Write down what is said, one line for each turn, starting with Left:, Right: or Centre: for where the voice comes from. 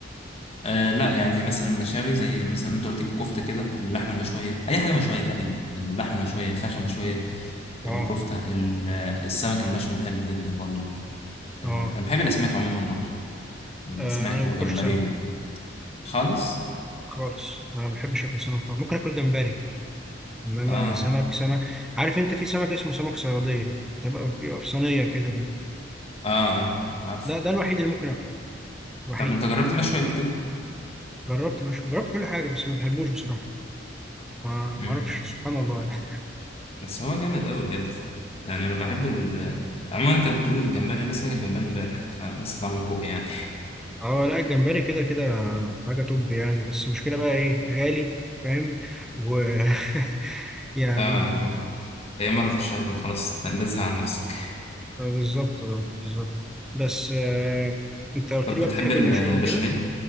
Left: آه لا يعني مثلا مشاوي زي مثلا انت قلت الكفته كده اللحمه المشويه اي حاجه مشويه تقريبا اللحمه المشويه الفراخ المشويه
Centre: آه
Left: الكفته ال- آه، السمك المشوي بحبه جدا برضه آه
Centre: آه
Left: انا بحب الاسماك عموما برضه الاسماك
Centre: آه، أنا ما
Left: والجمبري
Centre: باكلش سمك
Left: و... خالص
Centre: خالص ما بحبش آكل سمك خالص ممكن آكل جمبري إنما
Left: اه
Centre: سمك سمك عارف أنت في سمك اسمه سمك صيادية بتبقى بيبقى في صينية كده ده
Left: اه اه عارف
Centre: ده ده الوحيد اللي ممكن آكله الوحيد
Left: طب انت جربت مشوي قبل كده
Centre: جربت مش جربت كل حاجة بس ما بحبوش بصراحة ما ما
Left: امم
Centre: أعرفش سبحان الله يعني.
Left: بس هو جامد قوي بجد يعني انا بحب ال عموما انت بتقول الجمبري انا لسه واكل جمبري امبارح فلسه طعمه في بقي يعني
Centre: اه لا الجمبري كده كده حاجة توب يعني بس المشكلة بقى ايه غالي فاهم و <laughs> يعني
Left: اه اللي هو هي مره في الشهر وخلاص تنزه عن نفسك
Centre: آه، بالظبط آه، بالظبط بس آه انت قلت
Left: طب
Centre: لي
Left: بتحب
Centre: بقى بتحب
Left: البشاميل
Centre: المشاوي وكده